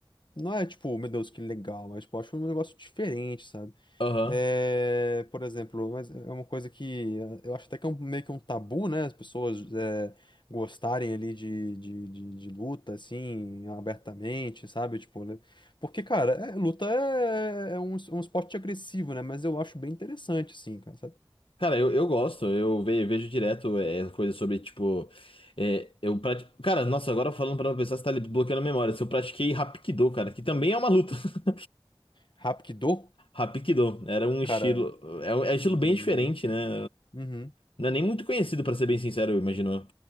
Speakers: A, on the left; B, on the left.
A: Não é tipo, meu Deus, que legal, mas tipo, eu acho um negócio diferente, sabe?
B: Aham.
A: É, por exemplo, mas é uma coisa que eh, eu acho até que é um- meio que um tabu, né? As pessoas eh, gostarem ali de, de, de, de luta, assim, abertamente, sabe? Tipo, né? Porque, cara, é- luta é, é um, es- um esporte agressivo, né? Mas eu acho bem interessante, assim, cara, sabe?
B: Cara, eu, eu gosto, eu ve- vejo direto é, coisas sobre, tipo. é, eu prati... Cara, nossa, agora falando pra uma pessoa, você tá ali bloqueando a memória. Se eu pratiquei Hapkido, cara, que também é uma luta. <laughs>
A: Hapkido,
B: Hapkido era um estilo.
A: cara.
B: É um, é um estilo
A: hum,
B: bem diferente, né?
A: uhum.
B: Não é nem muito conhecido, pra ser bem sincero, eu imagino.